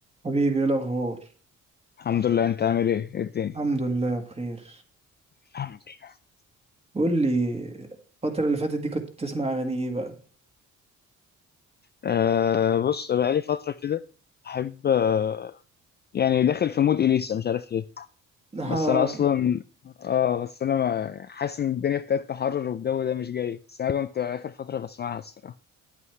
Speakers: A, on the right; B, on the left.
A: حبيبي ايه الاخبار
B: الحمد لله انت عامل ايه ايه الدنيا
A: الحمد لله بخير
B: الحمد لله
A: قول لي الفترة اللي فاتت دي كنت بتسمع اغاني ايه بقى
B: آه بص بقالي فترة كده احب آه يعني داخل في مود اليسا مش عارف ليه
A: <laughs> آه
B: بس انا اصلا اه بس انا ما حاسس ان الدنيا ابتدت تحرر والجو ده مش جاي بس انا كنت اخر فترة بسمعها الصراحة